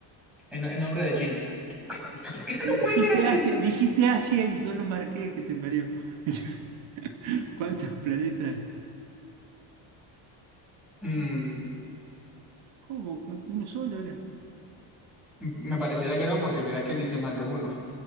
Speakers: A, in the centre; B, on the right.
A: en, en nombre de chino. <laughs> ¿Qué que
B: Me
A: no
B: dijiste
A: puede ser así?
B: Asia,
A: sí?
B: dijiste Asia y yo lo marqué, que te parió. <laughs> ¿Cuántos planetas?
A: Mm,
B: ¿Cómo? ¿Uno solo era?
A: me pareciera que no, porque mira que dice más de uno.